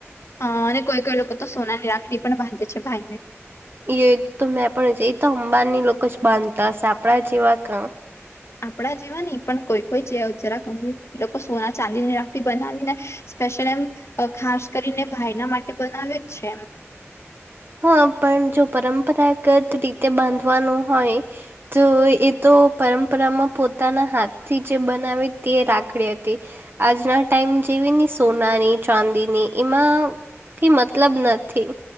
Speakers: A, on the left; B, on the right.
A: હ અને કોઈ કોઈ લોકો તો સોનાની રાખડી પણ બાંધે છે ભાઈ ને
B: એ તો મેં પણ એ તો અંબાની લોકો જ બાંધતા હશે આપણા જેવા કા
A: આપણા જેવા ની પણ કોઈ કોઈ જે જરા ગમ એ લોકો સોના ચાંદીની રાખડી બનાવી ને સ્પેશયલ એમ ખાસ કરીને ભાઈના માટે બનાવે જ છે એમ
B: હા પણ જો પરંપરાગત રીતે બાંધવાનું હોય તો એ તો પરંપરામાં પોતાના હાથથી જે બનાવે તે રાખડી હતી આજના ટાઈમ જેવી ને સોનાની ચાંદીની એમાં થી મતલબ નથી